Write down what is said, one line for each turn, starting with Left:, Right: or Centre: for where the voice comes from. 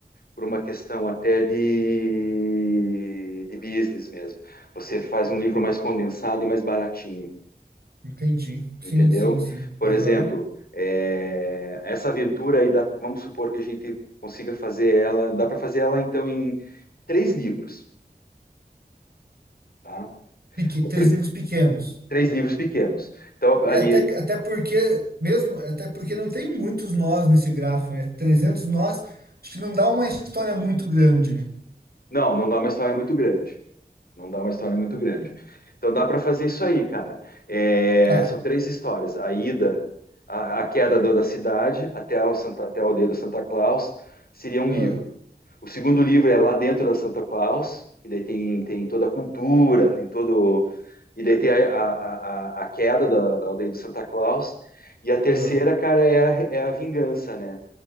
Left: por uma questão até de de business mesmo. Você faz um livro mais condensado e mais baratinho.
Right: Entendi. Sim,
Left: entendeu?
Right: sim, sim.
Left: Por
Right: Aham.
Left: exemplo, é, essa aventura aí, dá- vamos supor que a gente consiga fazer ela, dá para fazer ela então em três livros, tá?
Right: Peque-
Left: O
Right: Três
Left: pri-
Right: livros pequenos.
Left: Três livros pequenos. Então ali,
Right: É, até, até porque, mesmo, até porque não tem muitos nós nesse grafo, né? trezentos nós, acho que não dá uma história muito grande, né?
Left: não, não dá uma história muito grande, não dá uma história muito grande. Então dá para fazer isso aí, cara. É,
Right: Tá.
Left: são três histórias: a ida, a, a queda do- da cidade até, ao Santa, até a aldeia do Santa Claus seria um
Right: Ah,
Left: livro. O segundo livro é lá dentro da Santa Claus, e daí tem, tem toda a cultura, tem todo. E daí tem a, a, a, a queda da, da aldeia do Santa Claus. E a terceira,
Right: ah.
Left: cara, é a, é a Vingança, né?